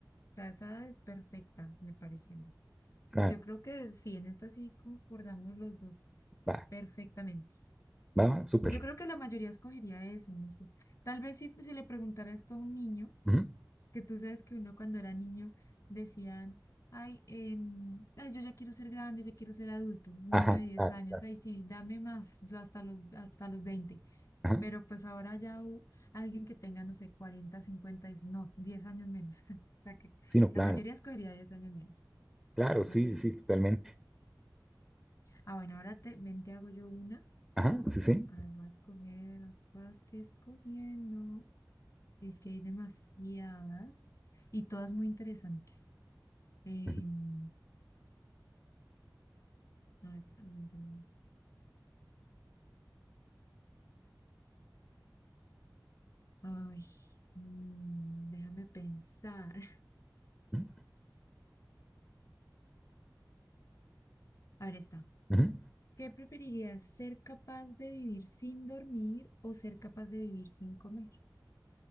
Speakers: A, on the left (about 40°); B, in the centre.
A: sea, esa edad es perfecta, me parece. a mí.
B: claro,
A: No, yo creo que sí, en esta sí concordamos los dos
B: va,
A: perfectamente.
B: va, va, súper,
A: Yo creo que la mayoría escogería eso, no sé. Tal vez si, si le preguntara esto a un niño
B: ujú,
A: que tú sabes que uno cuando era niño decían, ay, em, ay, yo ya quiero ser grande, ya quiero ser adulto, un
B: ajá,
A: niño de 10
B: claro,
A: años,
B: claro,
A: ay, sí, dame más, yo hasta los, hasta los veinte
B: ajá,
A: pero pues ahora ya u- alguien que tenga, no sé, 40 50 dice, no, diez años menos, <laughs> o sea que
B: sí, no, claro,
A: la mayoría escogería 10 años menos,
B: claro, sí,
A: así es,
B: sí,
A: es.
B: totalmente,
A: Ah, bueno, ahora te, ven, te hago yo una,
B: ajá, sí, sí.
A: además coger, acá estoy escogiendo, es que hay demasiadas y todas muy interesantes. Em,
B: Ujú,
A: Ay, a ver, mm, ay, mm, déjame pensar. <laughs>
B: ujú.
A: A ver, está.
B: ujú.
A: ¿Qué preferirías, ser capaz de vivir sin dormir o ser capaz de vivir sin comer?